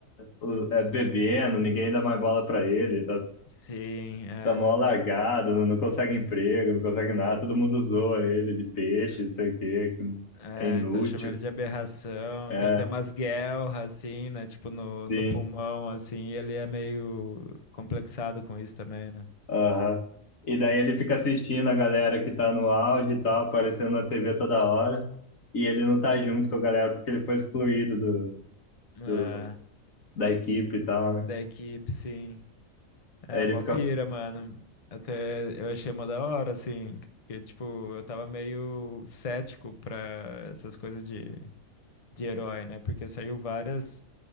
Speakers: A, on the left (about 70°); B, on the left (about 35°).
A: o- é, bebendo, ninguém dá mais bola pra ele, tá,
B: Sim, é.
A: tá mó largado, não, não consegue emprego, não consegue nada, todo mundo zoa ele de peixe, não sei o quê, que
B: É,
A: é inútil.
B: então chama ele de aberração,
A: É,
B: que ele tem umas guelras, assim, né? Tipo, no,
A: sim,
B: no pulmão, assim, e ele é meio complexado com isso também, né?
A: aham. E daí ele fica assistindo a galera que tá no auge e tal, aparecendo na TV toda hora, e ele não tá junto com a galera porque ele foi excluído do,
B: É,
A: do, da equipe e tal, né?
B: da equipe, sim. É,
A: Aí ele
B: mó
A: fica,
B: pira, mano. Até eu achei mó da hora, assim, porque, tipo, eu tava meio cético pra essas coisas de, de herói, né? Porque saiu várias